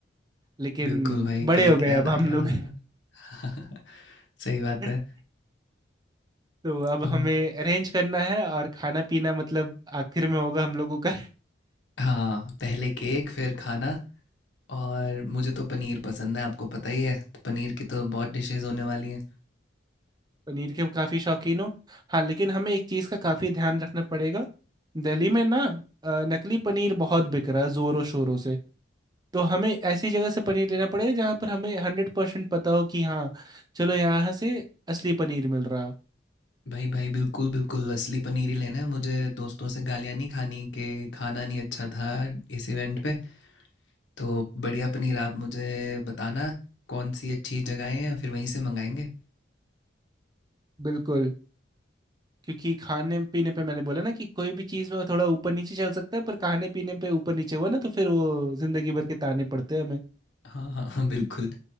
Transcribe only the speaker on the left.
बिल्कुल भाई
केक
याद
आ
गया
हाँ <laughs> सही बात
है
तो
हाँ पहले केक फिर खाना और मुझे तो पनीर पसंद है आपको पता ही है तो पनीर की तो बहुत डिशेस होने वाली हैं
भाई भाई बिल्कुल बिल्कुल असली पनीर ही लेना है मुझे दोस्तों से गालियाँ नहीं खानी कि खाना नहीं अच्छा था इस इवेंट पे तो बढ़िया पनीर आप मुझे बताना कौन सी अच्छी जगहें हैं फिर वहीं से मंगाएंगे
हाँ हाँ हाँ बिल्कुल